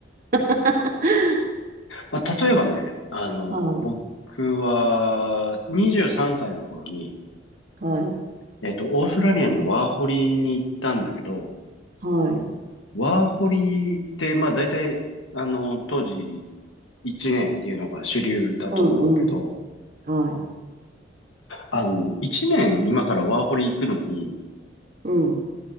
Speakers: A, on the right; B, on the left.
A: <laughs>
B: まあ、例えばね、あの、
A: はい、
B: 僕は23歳の頃に、
A: はい、
B: えっと、オーストラリアにワーホリに行ったんだけど、
A: はい。
B: ワーホリって、まあ大体、あの、当時1年っていうのが主流だと思うけど、
A: うん、うん、はい、
B: あの、1年今からワーホリ行くのに、
A: うん。